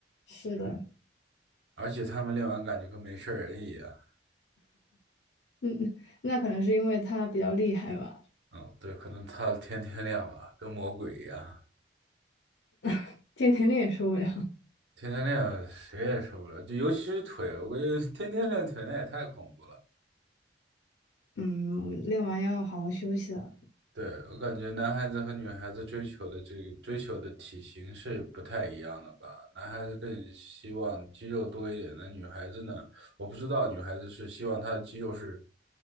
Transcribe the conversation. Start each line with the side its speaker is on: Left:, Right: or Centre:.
Left: 是的，
Right: 而且她们练完感觉跟没事儿人一样。
Left: 嗯，<laughs> 那可能是因为他比较厉害吧，
Right: 嗯，对，可能她 <laughs> 天天练吧，跟魔鬼一样，
Left: <laughs> 天天练也受不了。
Right: 天天练谁也受不了，就尤其是腿，我感觉天天练腿那也太恐怖了。
Left: 嗯，我们练完要好好休息了。
Right: 对，我感觉男孩子和女孩子追求的这个追求的体型是不太一样的吧？男孩子更希望肌肉多一点，那女孩子呢？我不知道女孩子是希望她的肌肉是